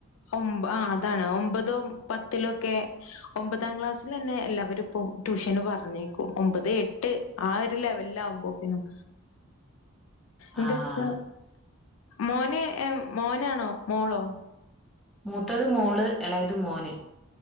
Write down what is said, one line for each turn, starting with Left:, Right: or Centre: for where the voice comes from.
Left: ഒമ് ആഹ് അതാണ് ഒമ്പതും പത്തിലൊക്കെ ഒമ്പതാം ക്ലാസ്സിലെന്നെ എല്ലാവരും ഇപ്പം ട്യൂഷന് പറഞ്ഞയക്കും ഒമ്പത് എട്ട് ആ ഒര് ലെവലിലാവുമ്പോത്തിനും എന്താച്ചാ
Centre: ആഹ്
Left: മോന് ഏഹ് മോനാണോ മോളോ
Centre: മൂത്തത് മോള് എളയത് മോന്